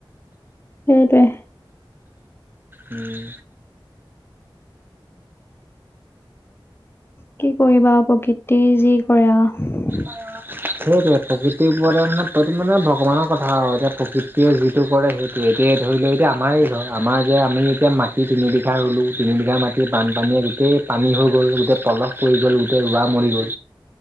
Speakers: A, on the left (about 25°); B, on the right (about 20°).
A: সেইটোৱে।
B: উম।
A: কি কৰিবা প্ৰকৃতি <unintelligible>
B: অ। সেইটোৱে প্ৰকৃতিৰ ওপৰতে মানে ভগৱানৰ কথা এতিয়া প্ৰকৃতিয়ে যিটো কৰে সেই এতিয়া ধৰি লওক এতিয়া আমাৰেই ঘৰ আমাৰ যে আমি এতিয়া মাটি <unintelligible> মাটি বানপানীয়ে গোটেই পানী হৈ গ'ল, গোটেই পলস পৰি গ'ল, গোটেই ৰোৱা মৰি গ'ল।